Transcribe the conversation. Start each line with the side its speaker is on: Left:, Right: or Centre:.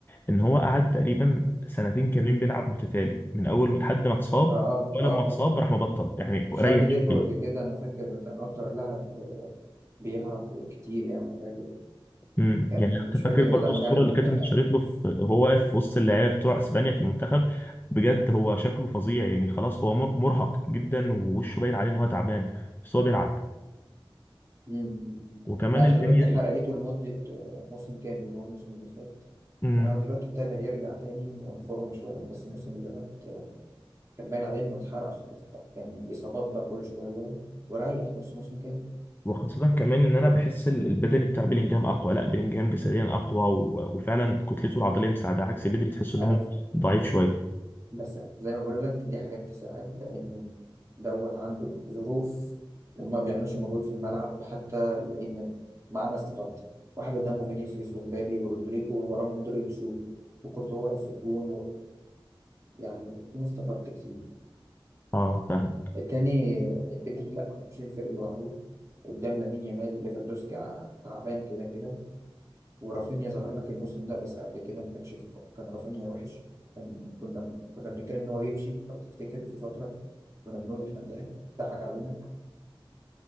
Left: ان هو قعد تقريبا سنتين كاملين بيلعب متتالي من اول لحد ما اتصاب
Right: اه اه اه
Left: ولما
Right: آه.
Left: اتصاب
Right: آه.
Left: راح مبطل يعني
Right: خد
Left: ريح
Right: ريكورد
Left: شويه
Right: كده انا فاكر كان اكتر لاعب آه، بيلعب كتير يعني حاجة كده
Left: امم
Right: كان
Left: يعني
Right: مش
Left: انت
Right: فاكر
Left: فاكر برضو
Right: لما
Left: الصوره
Right: كان
Left: اللي كانت
Right: كان
Left: انتشرت له في هو واقف في وسط اللعيبه بتوع اسبانيا في المنتخب بجد هو شكله فظيع يعني خلاص هو مر- مرهق جدا ووشه باين عليه ان هو تعبان بس هو بيلعب
Right: مم. مم.
Left: وكمان
Right: ما
Left: البنيه
Right: خلي بالك دي حرقته لمدة آه، موسم كامل اللي هو الموسم اللي فات
Left: امم
Right: يعني هو دلوقتي ابتدى يرجع تاني وانفورم شوية بس الموسم اللي فات آه، كان باين عليه إنه اتحرق خلاص بقى كان إصابات بقى كل شوية وريح نص موسم كامل
Left: وخاصه كمان ان انا بحس ال- البدني بتاع بيلينجهام اقوى لا بيلينجهام جسديا اقوى و... وفعلا كتلته العضليه مساعده عكس بدري تحس ان
Right: أنا
Left: هو ضعيف شويه
Right: بس زي ما بقول لك دي حاجات تساعد لأن دوت عنده ظروف وما بيعملش مجهود في الملعب حتى لأن معانا استغربت واحد قدامه فينيسيوس ومبابي ورودريجو ووراه مودريتش و- وكورتوا واقف في الجون و... يعني في ناس استغربت كتير
Left: اه فاهم
Right: التاني بدري لا هو مش الفريق لوحده قدام لامين يامال ليفاندوسكي ع- تعبان كده كده ورافينيا ظهر لك الموسم ده بس قبل كده ما كانش في- كان رافينيا وحش كان كنا كنا بنتكلم ان هو يمشي لو تفتكر في فتره كنا بنقول احنا الضحك ضحك علينا